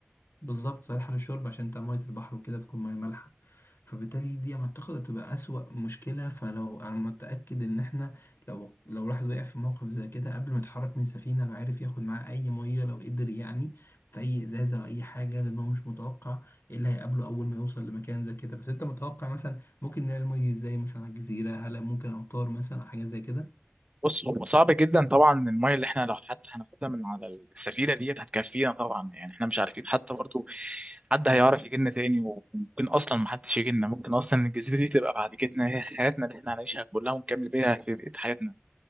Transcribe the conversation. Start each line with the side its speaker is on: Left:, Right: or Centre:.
Left: بالظبط صالحة للشرب عشان انت مية البحر وكده بتكون مية مالحة فبالتالي دي لما تاخد هتبقى أسوأ مشكلة فلو أنا متأكد إن إحنا لو لو الواحد وقع في موقف زي كده قبل ما يتحرك من السفينة لو عارف ياخد معاه أي مية لو قدر يعني في أي إزازة أو أي حاجة لأن هو مش متوقع إيه اللي هيقابله أول ما يوصل لمكان زي كده بس أنت متوقع مثلا ممكن نلاقي المية دي إزاي مثلا على الجزيرة هل ممكن أمطار مثلا أو حاجة زي كده
Right: بص هو صعب جدا طبعا الميه اللي احنا لو حتى هناخدها من على السفينه ديت هتكفينا طبعا يعني احنا مش عارفين حتى برضو حد هيعرف يجي لنا تاني وممكن اصلا محدش يجي لنا ممكن اصلا الجزيره دي تبقى بعد كده هي حياتنا اللي احنا هنعيشها كلها ونكمل بيها في بقيه حياتنا